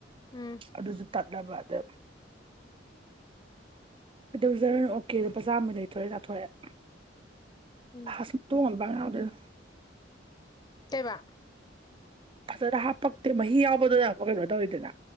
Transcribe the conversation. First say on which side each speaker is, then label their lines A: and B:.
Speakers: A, on the left (about 20°); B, on the right (about 30°).
A: ꯎꯝ
B: ꯑꯗꯨꯁꯨ ꯇꯠꯂꯕ ꯑꯗ ꯀꯩꯗꯧꯖꯔꯅꯨ ꯑꯣꯀꯦ ꯑꯗꯣ ꯄꯆꯥꯥ ꯑꯃ ꯂꯩꯇꯣꯔꯦ ꯇꯥꯊꯣꯔꯛꯑꯦ
A: ꯎꯝ
B: ꯍꯥꯁꯃ ꯇꯣꯟꯕꯗ
A: ꯀꯕ
B: ꯐꯖꯅ ꯍꯥꯞꯄꯛꯇꯦ ꯃꯍꯤ ꯌꯥꯎꯕꯗꯨꯅ ꯀꯩꯅꯣ ꯇꯧꯋꯤꯗꯅ